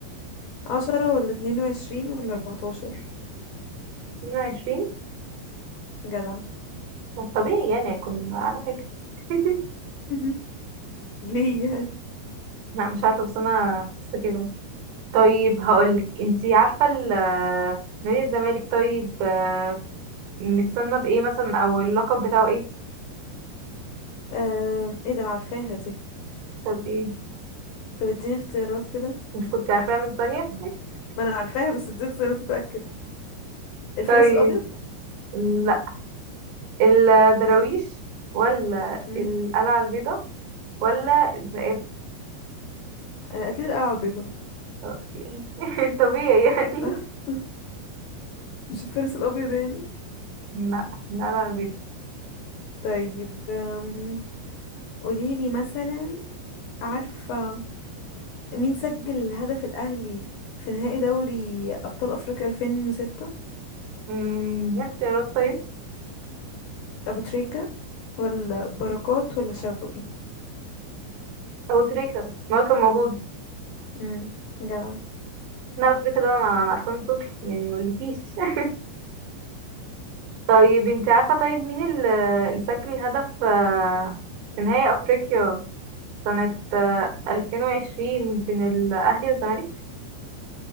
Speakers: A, on the left (about 70°); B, on the right (about 75°).
A: 10 ولا 22 ولا 14
B: اتنين وعشرين
A: جدع
B: ما طبيعي يعني أكون على فكرة <laughs>
A: <laughs> ليه يعني
B: لا مش عارفة بس أنا بس كده طيب هقولك انتي عارفة ال- آه، نادي الزمالك طيب آه، متسمى بإيه مثلا أو اللقب بتاعه إيه؟
A: آم، ايه ده انا عارفاها دي
B: طب إيه؟
A: طب اديني اختيارات كده
B: مش كنت عارفاها من ثانية <laughs>
A: ما انا عارفاها بس اديني اختيارات اتأكد الفارس
B: طيب
A: الأبيض
B: لا الدراويش
A: طيب
B: ولا
A: مم.
B: القلعة البيضاء ولا الذئاب
A: آه، اكيد القلعة البيضاء
B: اوكي <laughs> طبيعي يعني
A: صح <laughs> مش الفارس الابيض يعني
B: لا القلعة البيضاء
A: طيب أم، قوليلي مثلا عارفة مين سجل الهدف الاهلي في نهائي دوري ابطال افريقيا 2006
B: أمم، ايه اختيارات طيب
A: ابو تريكة ولا بركات ولا شوقي
B: أبو تريكة ما هو كان موجود
A: امم جدع <laughs>
B: لا أبو تريكة ده أنا أنا عارفاه من صوتي يعني مقولكيش <laughs> طيب انت عارفة طيب مين ال- اللي سجل هدف آه، في نهائي أفريقيا سنة آه، ألفين وعشرين بين الأهلي والزمالك؟